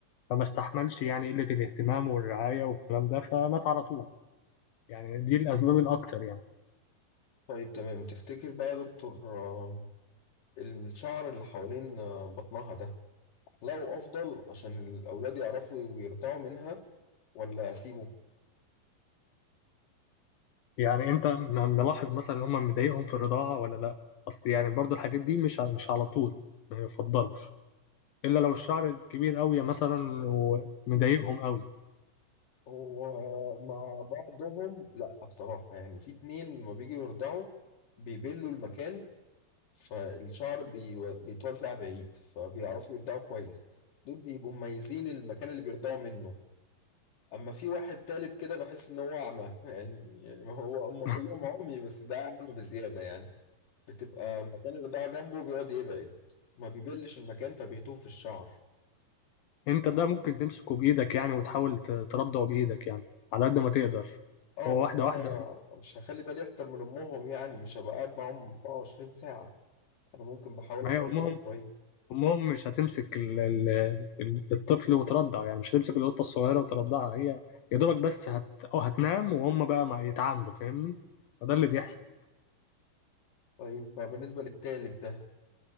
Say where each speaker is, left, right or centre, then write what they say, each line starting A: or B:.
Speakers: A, on the left; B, on the left.
A: فما استحملش يعني قلة الاهتمام والرعاية والكلام ده فمات على طول يعني دي الأسباب الأكتر يعني
B: طيب تمام تفتكر بقى يا دكتور آه، الشعر اللي حوالين آه، بطنها ده احلقه افضل عشان الاولاد يعرفوا ويرضعوا منها ولا اسيبه
A: يعني أنت م- ملاحظ مثلا إن هم مضايقهم في الرضاعة ولا لأ أصل يعني برضو الحاجات دي مش ع- مش على طول ما يفضلش إلا لو الشعر كبير أوي مثلا ومضايقهم أوي
B: هو مع بعضهم لا بصراحه يعني في اتنين لما بيجوا يرضعوا بيبلوا المكان فالشعر بيو- بيتوزع بعيد فبيعرفوا يرضعوا كويس دول بيبقوا مميزين المكان اللي بيرضعوا منه اما في واحد تالت كده بحس ان هو اعمى يعني يعني ما هو هم
A: <laughs>
B: كلهم عمي بس ده اعمى بزياده يعني بتبقى مكان الرضاعه جنبه بيقعد يبعد ما بيبلش المكان فبيتوه في الشعر
A: انت ده ممكن تمسكه بايدك يعني وتحاول ت- تردعه بايدك يعني على قد ما تقدر
B: اه
A: هو واحده
B: بس انا
A: واحده
B: مش هخلي بالي اكتر من امهم يعني مش هبقى قاعد معاهم 24 ساعه انا ممكن بحاول
A: ما
B: اساعدهم
A: هي امهم
B: شويه
A: امهم مش هتمسك ال ال ال- الطفل وترضعه يعني مش هتمسك القطه الصغيره وترضعها هي يا دوبك بس هت او هتنام وهم بقى ما يتعاملوا فاهمني فده اللي بيحصل
B: طيب بالنسبه للتالت ده